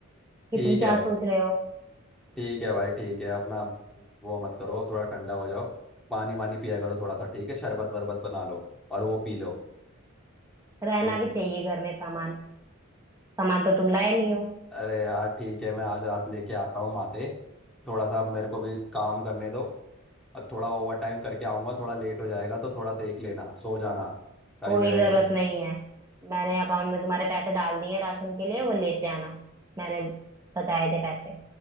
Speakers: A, on the right; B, in the centre.
A: कि
B: ठीक
A: तुम क्या
B: है
A: सोच रहे हो
B: ठीक है भाई ठीक है अपना वो मत करो थोड़ा ठंडा हो जाओ पानी वानी पिया करो थोड़ा सा ठीक है शरबत वरबत बना लो और वो पी लो
A: रहना
B: हम्म,
A: भी चाहिए घर में सामान सामान तो तुम लाए नहीं हो
B: अरे यार ठीक है मैं आज रात लेके आता हूँ माते थोड़ा सा मेरे को भी काम करने दो और थोड़ा ओवर टाइम करके आऊँगा थोड़ा लेट हो जाएगा तो थोड़ा देख लेना सो जाना
A: कोई
B: कभी मेरा
A: जरूरत
B: इंतज़ार
A: नहीं है मैंने अकाउंट में तुम्हारे पैसे डाल दिए हैं राशन के लिए वो लेते आना मैंने बचाए थे पैसे